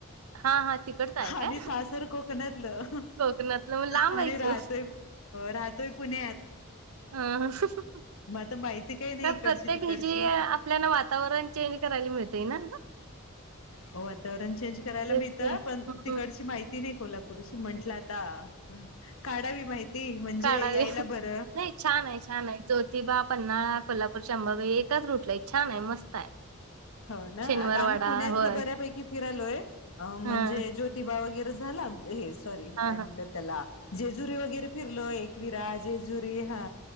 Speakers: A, on the right; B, on the left.
A: हा हा तिकडचं आहे
B: आणि
A: काय
B: सासर कोकणातलं
A: कोकणातलं मग लांब
B: आणि
A: आहे
B: राहतय
A: की ओ.
B: हो राहतोय पुण्यात
A: ह्ह्ह्ह
B: मग आता माहिती काही नाही
A: का
B: इकडची
A: प्रत्येक
B: तिकडची.
A: हि जी आपल्याला वातावरण चेंज करायला मिळते ना
B: हो वातावरण चेंज करायला
A: तेच
B: मिळत
A: की
B: पण
A: हम्म
B: तिकडची माहिती नाही कोल्हापूरशी म्हंटलं काढावी माहिती म्हणजे
A: काढावी
B: यायला बर
A: नाही छान आहे छान आहे ज्योतिबा पन्हाळा कोल्हापूर अंबाबाई एकाच रूटला छान आहे मस्त आहे
B: हो ना
A: शनिवारवाडा
B: आता आम्ही पुण्यातलं
A: होय
B: बऱ्यापैकी फिरालोय
A: हा
B: म्हणजे ज्योतिबा वगैरे झालं आमचं हे काय सॉरी हे
A: हा
B: काय म्हणतात
A: हा
B: त्याला जेजुरी वगैरे फिरलो एकविरा जेजुरी हा